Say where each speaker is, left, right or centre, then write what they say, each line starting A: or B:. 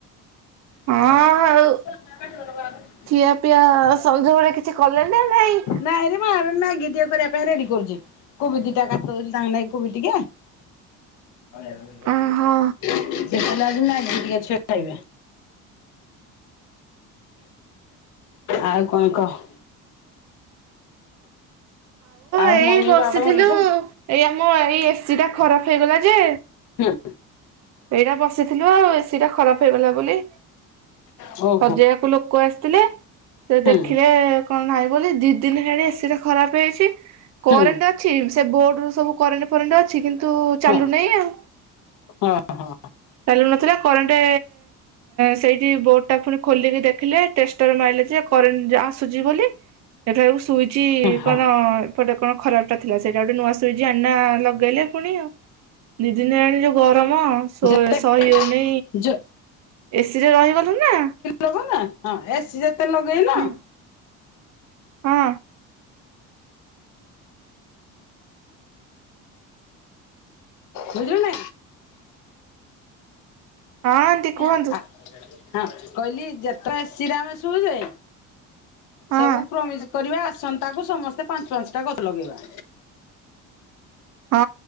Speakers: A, on the left (about 70°); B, on the right (about 55°).
A: <unintelligible>
B: ହଁ ଆଉ ଖିଆ ପିଆ ସଞ୍ଜବେଳେ କିଛି କଲେଣି ନା ନାହିଁ।
A: ନାଇଁରେ ମା ମ୍ୟାଗି ଟିକେ କରିବାପାଇଁ ରେଡ଼ି କରୁଛି। କୋବି ଦି ଟା କାଟିଦୋଉଛି ତାଙ୍କ ନାଗି କୋବି ଟିକେ ସେପଟେ
B: ଓହୋ
A: ଆଜି ମାଗିଖିଆ ଛୁଆ ଖାଇବେ। ଆଉ କଣ କହ? ଆଉ
B: ଏଇ
A: ମମି
B: ବସିଥିଲୁ
A: ବାବା ଭଲ ଅଛନ
B: ଏଇ ଆମ ଏଇ ଏ ସିି ଟା ଖରାପ୍ ହେଇ ଗଲା ଜେ
A: ହୁଁ
B: ଏଇଟା ବସିଥିଲୁ ଆଉ ଏ ସିି ଟା ଖରାପ୍ ହୋଇଗଲା ବୋଲି।
A: ଓ
B: ସଜେଇବାକୁ ଲୋକ ଆସିଥିଲେ ସେ
A: ହୁଁ
B: ଦେଖିଲେ କଣ ନାହିଁ ବୋଲି ଦି ଦିନ ହେଣି ଏସି ଟା ଖରାପ୍ ହେଇଚି କରେଣ୍ଟ
A: ହୁଁ
B: ଅଛି ସେ ବୋଡରୁ ସବୁ କରେଣ୍ଟ ଫରେଣ୍ଟ ଅଛି କିନ୍ତୁ
A: ହଁ।
B: ଚାଲୁନାହିଁ
A: ହଁ
B: ଆଉ।
A: ହଁ ହଁ
B: ଚାଲୁ ନଥିଲା କରେଣ୍ଟ ସେଇଠି ବୋଡ ଟା ଫୁଣି ଖୋଲିକି ଦେଖିଲେ ଟେଷ୍ଟର ମାଇଲେଯେ କରେଣ୍ଟ ଆସୁଛି ବୋଲି। ଦେଖିଲା ବେଳକୁ ସୁଇଚି
A: ହୁଁ
B: କଣ
A: ହୁଁ
B: ଏପଟେ କଣ ଖରାପ୍ ଟା ଥିଲା, ସେଟା ଗୋଟେ ନୁଆ ସୁଇଚ୍ ଆଣିନା ଲଗେଇଲେ ପୁଣି ଆଉ। ଦି ଦିନ ହେଲାଣି ଯୋଉ ଗରମ୍। ହଁ ସ-ସହିହୋଉନି
A: ଯେତେ ଯେ
B: ଏସି ରେ ରହିଗଲୁନା।
A: ଲଗ ନା ହଁ ଏସିି ଯେତେ ଲଗେଇନ
B: ହଁ ହଁ
A: ବୁଝିଲୁ ନା
B: ଆଣ୍ଟି
A: ନାଇଁ
B: କୁହନ୍ତୁ
A: ହଁ କହିଲି ଯେତେ ଏ ସି ରେ ଆମେ ଶୋଉଛେ
B: ହଁ
A: ସବୁ ପ୍ରମିଜି କରିବା ଆସନ୍ତାକୁ ସମସ୍ତେ ପାଞ୍ଚ ପାଞ୍ଚଟା ଗଛ ଲଗେଇବା।
B: ହଁ